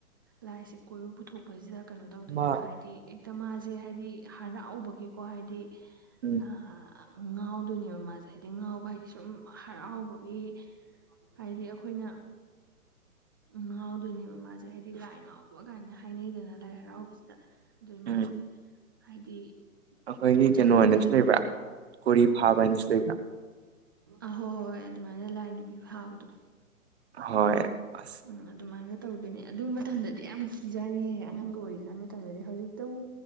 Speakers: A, on the right; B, on the right.
A: ꯂꯥꯏꯁꯤ ꯀꯣꯏꯕ ꯄꯨꯊꯣꯛꯄꯁꯤꯗ ꯀꯩꯅꯣ ꯇꯧꯗꯣꯏꯅꯦꯕ
B: ꯑꯃ
A: ꯍꯥꯏꯗꯤ ꯍꯦꯛꯇ ꯃꯥꯖꯦ ꯍꯥꯏꯗꯤ ꯍꯔꯥꯎꯕꯒꯤꯀꯣ ꯍꯥꯏꯗꯤ
B: ꯎꯝ
A: ꯑꯥ ꯉꯥꯎꯗꯣꯏꯅꯦꯕ ꯃꯥꯁꯦ ꯍꯥꯏꯗꯤ ꯉꯥꯎꯕ ꯍꯥꯏꯗꯤ ꯁꯨꯝ ꯍꯔꯥꯎꯕꯒꯤ ꯍꯥꯏꯗꯤ ꯑꯩꯈꯣꯏꯅ ꯎꯝ ꯉꯥꯎꯗꯣꯏꯅꯦꯕ ꯃꯥꯖꯦ ꯍꯥꯏꯗꯤ ꯂꯥꯏ ꯉꯥꯎꯕ ꯒꯥꯏꯅ ꯍꯥꯏꯅꯩꯗꯅ ꯂꯥꯏ ꯍꯔꯥꯎꯕꯖꯤꯗ ꯑꯗꯨꯏ
B: ꯎꯝ
A: ꯃꯥꯁꯦ ꯍꯥꯏꯗꯤ
B: ꯑꯩꯈꯣꯏꯒꯤ
A: ꯎꯝ ꯆꯠꯄꯗꯁꯨ
B: ꯀꯩꯅꯣ ꯍꯥꯏꯅꯁꯨ ꯂꯩꯕ꯭ꯔꯥ ꯀꯣꯔꯤ ꯐꯥꯕ ꯍꯥꯏꯅꯁꯨ ꯂꯩꯕ꯭ꯔꯥ
A: ꯑꯍꯣꯏ ꯍꯣꯏ ꯑꯗꯨꯃꯥꯏꯅ ꯂꯥꯏ ꯅꯨꯄꯤ ꯐꯥꯕꯗꯣ
B: ꯍꯣꯏ ꯑꯁ
A: ꯎꯝ ꯑꯗꯨꯃꯥꯏꯅ ꯇꯧꯗꯣꯏꯅꯦ ꯑꯗꯨ ꯃꯇꯝꯗꯗꯤ ꯌꯥꯝ ꯀꯤꯖꯥꯅꯤꯍꯦ ꯑꯉꯥꯡꯒ ꯑꯣꯏꯔꯤꯀꯥꯟ ꯃꯇꯝꯗꯗꯤ ꯍꯧꯖꯤꯛꯇꯕꯨ